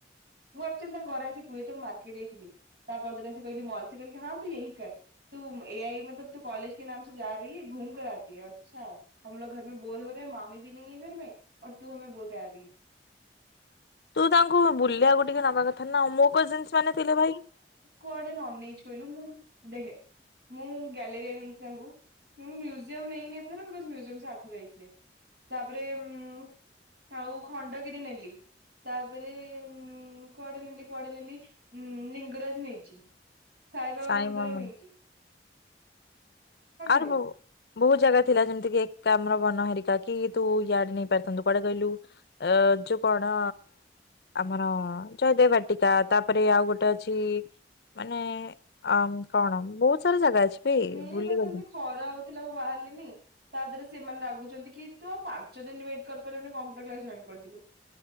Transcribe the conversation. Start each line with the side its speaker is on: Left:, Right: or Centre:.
Right: ମୁଁ ଆକ୍ଚ୍ୟୁଅଲି ତାଙ୍କ ଘରେ ଆସି କୁହେ ତ ମୁଁ ମାର୍କେଟ ଯାଇ ଥିଲି। ତା ପରଦିନ ଆସି କହିଲି ମଲ୍ ସେ କହିଲେ କି ହଁ ତୁ। <unintelligible> ତୁ ଏ ଆଇ <unintelligible> ଆଚ୍ଛା। <unintelligible>
Left: ତୁ ତାଙ୍କୁ ବୁଲିବାକୁ ଟିକେ ନବା କଥା ନା ମୋ କଜିିନସ ମାନେ ଥିଲେ ଭାଇ
Right: କୁଆଡେ ନ ନେଇଚି କହିଲୁ ମୁଁ ଦେଖେ ମୁଁ ଗ୍ୟାଲେରିୟାନ ନେଇଚି ତାଙ୍କୁ ମୁଁ ମ୍ୟୁଜିୟମ୍ ନେଇନି ଏଥର ବିକଜ ମ୍ୟୁଜିୟମ୍ ଆଥର ଯାଇଥିଲେ। ତା ପରେ ଉଁ ଆଉ ଖଣ୍ଡଗିରି ନେଲି। ତା ପରେ ଉଁ କୁଆଡେ ନେଲି କୁଆଡେ ନେଲି? ଉଁ ଲିଙ୍ଗରାଜ ନେଇଚି। ସାଇବାବା
Left: ସାଇ
Right: ମନ୍ଦିର
Left: ମାମୁନି
Right: ନେଇଚି।
Left: ଆର
Right: ନେବି।
Left: ବହୁ ବହୁତ ଜାଗା ଥିଲା ଯେମିତି କିି ଏକ୍ରାମବନ ହେରିକା କି ତୁ ୟାଡେ ନେଇ ପାରଥାନ୍ତୁ କୁଆଡେ କହିଲୁ? ଏ ଯୋଉ କଣ? ଆମର ଜୟଦେବ ବାଟିକା। ତା ପରେ ଆଉ ଗୋଟେ ଅଛି ମାନେ ଆଁ କଣ ବହୁତ ସାରା ଜାଗା ଅଛି। ବେ
Right: ନେଇ
Left: ଭୁଲିଗଲି
Right: ପାରିଥାନ୍ତି ଖରା ହଉଥିଲା ମୁଁ ବାହାରିଲିନି। ତା ଧେରେ ସେମାନେ ରାଗୁଚନ୍ତି କି ତୁ ଆଉ ପାଞ୍ଚ ଦିନ ୱେଟ କରି ପାରୁଲୁନି କମ୍ପ୍ୟୁଟର୍ କ୍ଲାସ୍ ଜଏନ କରିଦେଲୁ।